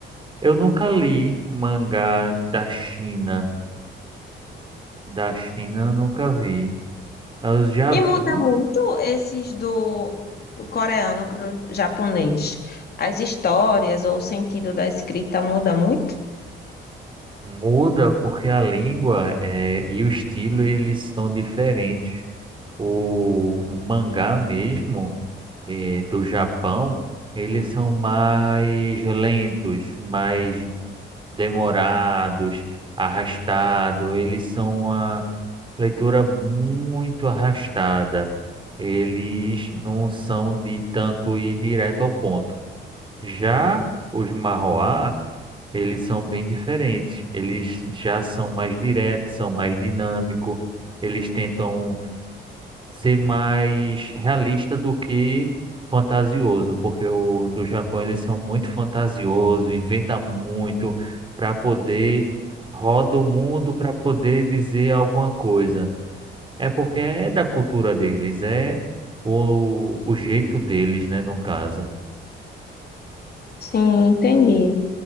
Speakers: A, on the right; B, on the left.
A: Eu nunca li mangá da China. Da China eu nunca vi. Eu já
B: E
A: vi,
B: muda muito esses do coreano para o japonês. As histórias ou o sentido da escrita muda muito?
A: muda porque a língua é, e o estilo eles são diferentes. O, o mangá mesmo. eh, do Japão, eles são mais lentos, mais demorados, arrastados. Eles são uma leitura muito arrastada. Eles não são de tanto ir direto ao ponto. Já os Marroá, eles são bem diferentes. Eles já são mais diretos, são mais dinâmicos. Eles tentam ser mais realista do que fantasioso, porque o do Japão eles são muito fantasiosos, inventa muito para poder roda o mundo para poder dizer alguma coisa. É porque é da cultura deles, é o, o jeito deles, né, no caso.
B: Sim, entendi.